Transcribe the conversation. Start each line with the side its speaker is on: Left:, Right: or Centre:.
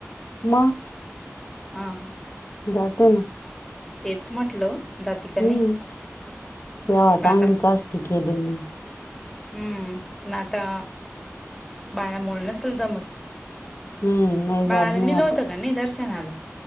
Left: म
Centre: हां.
Left: जात ना.
Centre: तेच म्हटलं. जाती का
Left: हम्म
Centre: नाही?
Left: सेवा चांगलीच
Centre: पण आता
Left: असती केलेली मी.
Centre: हम्म पण आता बाळामोल नसल जमत.
Left: हम्म. नाही
Centre: बाळाला
Left: जात नाही
Centre: निलं
Left: आता
Centre: होतं का नाही दर्शनाला.